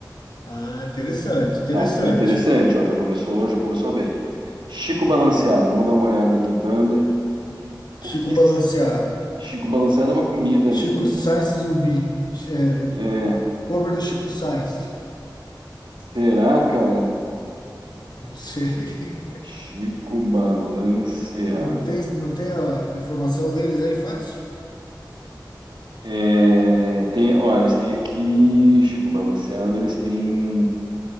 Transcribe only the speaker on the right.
Tá, então é interessante, ó, já começou, já começou bem. Chico Balanceado, vamos dar uma olhada aqui, banda.
O que
s- Chico Balanceado é uma comida,
né? E,
é,
será, cara?
Chico Balanceado.
É, tem, ó, eles têm aqui Chico Balanceado, eles têm,